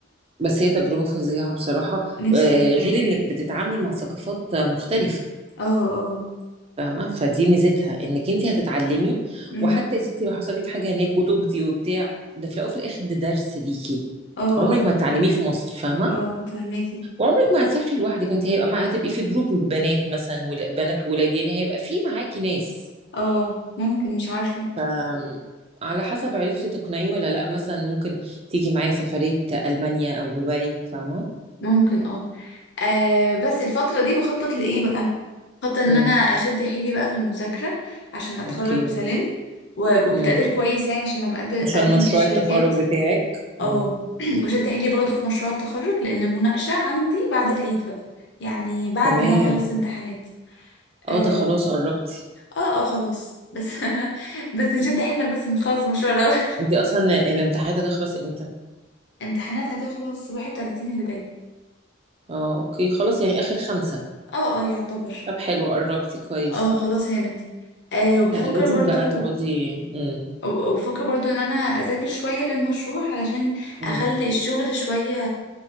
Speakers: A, on the right; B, on the left.
A: بس هي تجربة فظيعة بصراحة
B: <laughs> نفسي
A: آه،
B: أوي بصراحة
A: غير انك بتتعاملي مع ثقافات مختلفة
B: اه اه
A: فاهمة؟ فدي ميزتها انك انت هتتعلمي
B: امم
A: وحتى يا ستي لو حصل لك حاجة هناك وتهتي وبتاع ده في الاول وفي الاخر ده درس ليكي
B: اه اه
A: عمرك ما هتتعلميه في مصر فاهمة؟
B: اه فهماكي
A: وعمرك ما هتسافري لوحدك انت هيبقى مع هتبقي في جروب بنات مثلا ولا- بنات وولاد يعني هيبقى في معاكي ناس
B: اه ممكن مش عارفة
A: ف على حسب عرفتي تقنعيه ولا لا مثلا ممكن تيجي معايا سفرية ألمانيا أو دبي فاهمة؟
B: ممكن اه آه، بس الفترة دي بخطط لإيه بقى خطط إن
A: امم
B: أنا أشد حيلي بقى في المذاكرة عشان أتخرج
A: اوكي
B: بسلام وب- وبتقدير
A: امم
B: كويس يعني عشان لما أقد-
A: عشان
B: أقدم
A: مشروع
B: في الشركات
A: التخرج بتاعك
B: اه
A: امم
B: <clears throat> وشد حيلي برضو في مشروع التخرج لان المناقشه عندي بعد العيد بقى يعني بعد
A: تمام
B: ما اخلص امتحانات
A: اه
B: آم،
A: ده خلاص قربتي
B: اه اه خلاص بس <laughs> بس نشد حيلنا بس نخلص المشروع الاول
A: أنتِ أصلًا الامتحانات هتخلص إمتى؟
B: <laughs> امتحانات هتخلص 31 اللي جاي
A: آه، أوكي، خلاص يعني آخر 5،
B: اه اه يعتبر
A: طب حلو قرّبتِ كويس.
B: اه خلاص هانت آه وبفكر
A: لأ، لازم
B: برضو
A: بقى تقعدي إمم،
B: وبفكر برضو ان انا اذاكر شوية للمشروع علشان
A: إمم،
B: اخلي الشغل شوية